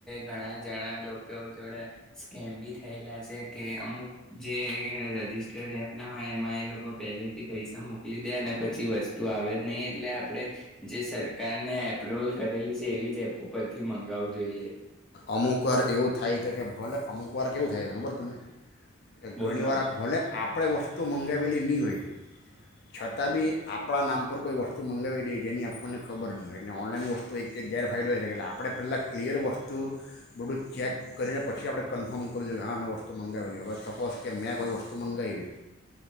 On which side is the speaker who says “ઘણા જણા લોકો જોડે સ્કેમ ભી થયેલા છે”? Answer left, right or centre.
Centre